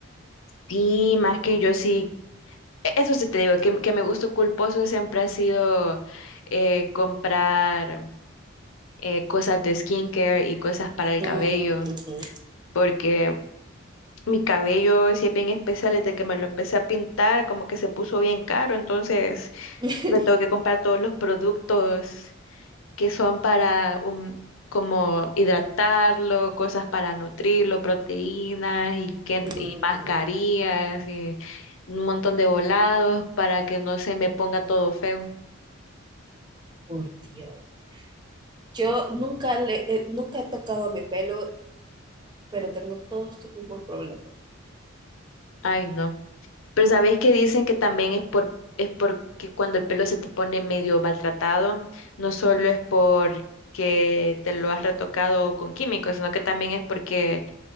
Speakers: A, on the left (about 80°); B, on the right (about 20°).
A: Sí, más que yo sí, e- eso sí te digo, que, que mi gusto culposo siempre ha sido eh, comprar eh, cosas de skincare y cosas para el
B: Mm,
A: cabello,
B: ujú.
A: porque mi cabello sí es bien especial, desde que me lo empecé a pintar, como que se puso bien caro, entonces
B: <laughs>
A: me tengo que comprar todos los productos que son para um, como hidratarlo, cosas para nutrirlo, proteínas y, que,
B: Mm,
A: y mascarillas y un montón de volados para que no se me ponga todo feo.
B: Por Dios. Yo nunca le, eh, nunca he tocado mi pelo, pero tengo todos tus mismos problemas.
A: Ay, no. Pero ¿sabéis que dicen que también es por, es porque cuando el pelo se te pone medio maltratado, no solo es porque te lo has retocado con químicos, sino que también es porque